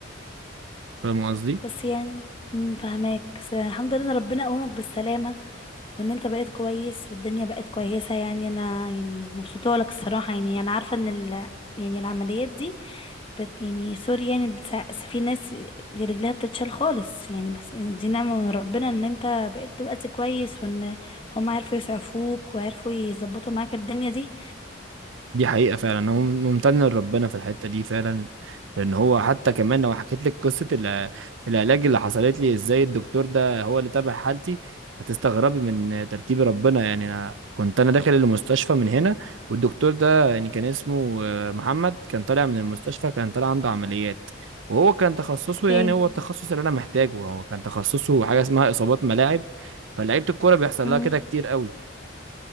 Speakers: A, on the right (about 75°); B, on the left (about 25°).
A: فاهم قصدي؟
B: بس يعني مم، فهماك بس الحمد لله ان ربنا قومك بالسلامة وان انت بقيت كويس والدنيا بقت كويسة يعني انا يعني مبسوطة لك الصراحة يعني انا عارفة ان ال يعني العمليات دي بت يعني سوري يعني بتسع- في ناس دي رجلها بتتشال خالص يعني بس دي نعمة من ربنا ان انت بقيت دلوقتي كويس وان هم عرفوا يسعفوك وعرفوا يظبطوا معاك الدنيا دي
A: دي حقيقة فعلا أنا مم- ممتن لربنا في الحتة دي فعلا لأن هو حتى كمان لو حكيت لك قصة الع- العلاج اللي حصلت لي إزاي الدكتور ده هو اللي تابع حالتي هتستغربي من ترتيب ربنا يعني أنا كنت أنا داخل المستشفى من هنا والدكتور ده يعني كان اسمه آه، محمد كان طالع من المستشفى كان طالع عنده عمليات وهو كان تخصصه يعني
B: ايه
A: هو التخصص اللي أنا محتاجه هو كان تخصصه حاجة اسمها إصابات ملاعب فلعيبة الكورة بيحصل
B: مم.
A: لها كده كتير قوي